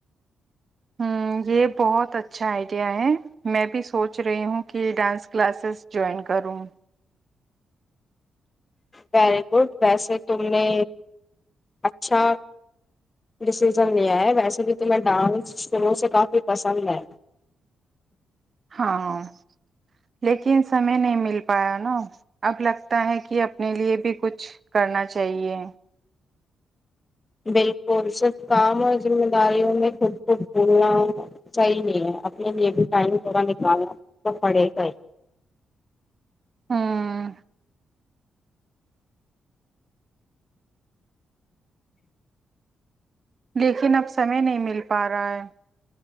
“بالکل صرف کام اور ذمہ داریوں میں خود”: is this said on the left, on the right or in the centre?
Left